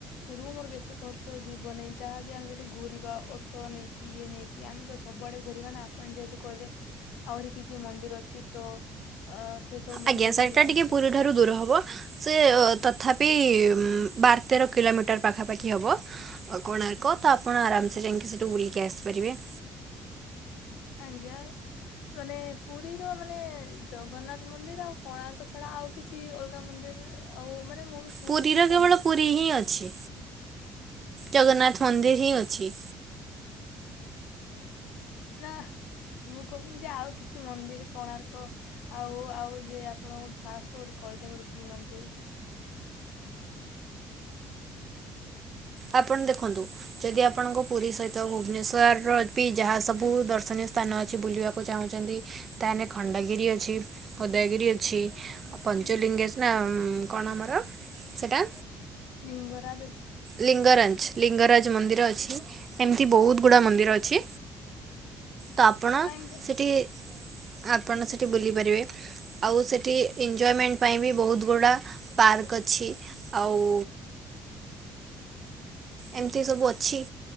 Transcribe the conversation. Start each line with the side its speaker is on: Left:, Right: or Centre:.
Left: ରୁମ ର ବେଶି ଖର୍ଚ୍ଚ ଯିବ ନାହିଁ ଯାହାବି ଆମେ ଏଠି ଘୁରିବା ଅଟୋ ନେଇକି ଇଏ ନେଇକି, କି ଆମେ ତ ସବୁଆଡେ ଘୁରିବା ନା ଆପଣ ଯେହେତୁ କହିଲେ। ଆହୁରି କି କି ମନ୍ଦିର ଅଛି ତ ଅ। ସେ ସବୁ
Right: ଆଜ୍ଞା
Left: ମନ୍ଦିର
Right: ସୋଇଟା
Left: ବି ଯାଇକି
Right: ଟିକେ ପୁରୀ
Left: ଦେଖିବା
Right: ଠାରୁ ଦୂର ହବ। ସେ ତଥାପି ବାର ତେର କିଲୋମିଟର ପାଖାପାଖି ହବ। କୋଣାର୍କ ତ ଆପଣ ଆରାମସେ ଯାଇକି ସେଠୁ ବୁଲିକି ଆସିପାରିବେ।
Left: ଆଜ୍ଞା। ମାନେ ପୁରୀର ମାନେ ଜଗନ୍ନାଥ ମନ୍ଦିର ଆଉ ପାର୍କ ଛଡା ଆଉ କିଛି, କି ଅଲଗା ମନ୍ଦିରରେ ଆଉ ମାନେ ମୁଁ ବି ଶୁଣିଥିଲି
Right: ପୁରୀର
Left: ସମ
Right: କେବଳ ପୁରୀ ହିଁ ଅଛି, ଜଗନ୍ନାଥ ମନ୍ଦିର ହିଁ ଅଛି।
Left: ନା ମୁଁ କହୁନି ଯେ ଆଉ କିଛି ମନ୍ଦିର କୋଣାର୍କ, ଆଉ ଆଉ ବି ଆପଣକୁ ଫାଷ୍ଟ ଗୋଟେ କହିଦେ ବି ଗୋଟେ କି ମନ୍ଦିର?
Right: ଆପଣ ଦେଖନ୍ତୁ। ଯଦି ଆପଣଙ୍କ ପୁରୀ ସହିତ ଭୁବନେଶ୍ଵର ର ବି ଯାହା ସବୁ ଦର୍ଶନୀୟ ସ୍ଥାନ ଅଛି ବୁଲିବାକୁ କୁ ଚାହୁଁଛନ୍ତି ତାହେଲେ ଖଣ୍ଡଗିରି ଅଛି, ଉଦୟଗିରି ଅଛି, ଆଉ ପଞ୍ଚଲିଙ୍ଗଜେ
Left: ହୁଁ,
Right: ନା କଣ ଆମର ସେଇଟା?
Left: ଲିଙ୍ଗରାଜ ଅଛି।
Right: ଲିଙ୍ଗରାଜ ଲିଙ୍ଗରାଜ ମନ୍ଦିର ଅଛି ଏମିତି ବହୁତ ଗୁଡ଼ା ମନ୍ଦିର ଅଛି। ତ ଆପଣ
Left: ଆଜ୍ଞା
Right: ସେଠି ଆପଣ ସେଠି ବୁଲି ପାରିବେ। ଆଉ ସେଠି ଏନଜୟମେଣ୍ଟ ପାଇଁ ବି ବହୁତ ଗୁଡା ପାର୍କ ଅଛି। ଆଉ। ଏମିତି ସବୁ ଅଛି,